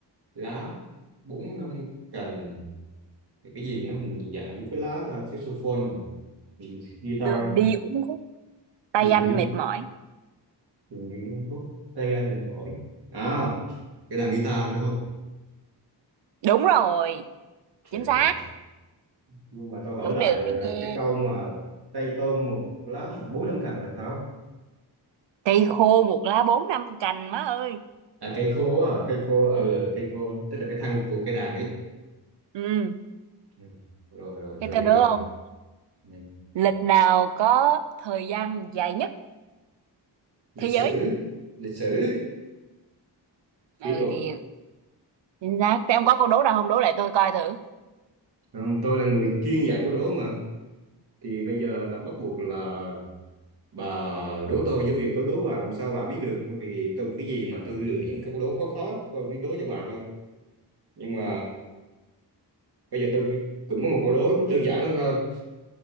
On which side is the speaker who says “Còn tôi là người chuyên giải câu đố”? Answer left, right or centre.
Right